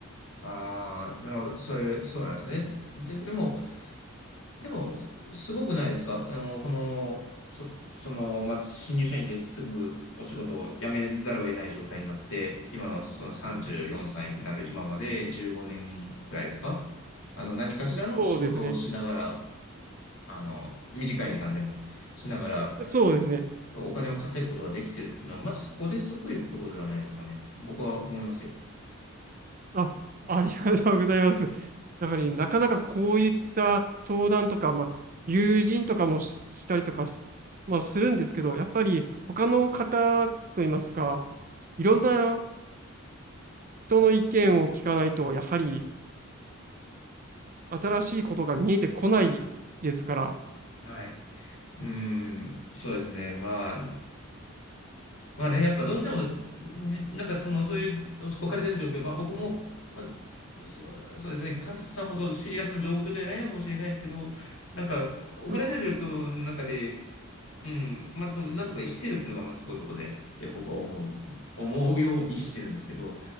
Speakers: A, on the left; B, on the right.
A: ああー、なるほど。そういう、そうなんですね。で、でも、でも、すごくないですかあの、この、そ、その、まあ、新入社員ですぐお仕事を辞めざるを得ない状態になって、今のその34歳になる今まで15年くらいですかあの、
B: あ
A: 何かしらの仕事をしながら、
B: そうですね。
A: あの、短い時間でもしながら、
B: そうですね。
A: お金を稼ぐことができてるっていうのは、まずそこですごいことではないですかね。僕は思いますよ。
B: あ、ありがとうございます。だから、なかなかこういった相談とか、まあ、友人とかもし、したりとかす、まあ、するんですけど、やっぱり他の方といいますか、いろんな人の意見を聞かないと、やはり新しいことが見えてこないですから。
A: はい。うーん、そうですね。まあ、まあね、やっぱどうしても、じなんかその、そういう置かれてる状況、まあ僕も、まあ、そう、そうですね、勝さんほどシリアスな状況ではないのかもしれないですけど、なんか置かれてる状況の中で、
B: はい。
A: うん。まあ、その、なんとか生きてるっていうのが、まあ、すごいことで、って僕は思う、思うようにしてるんですけど、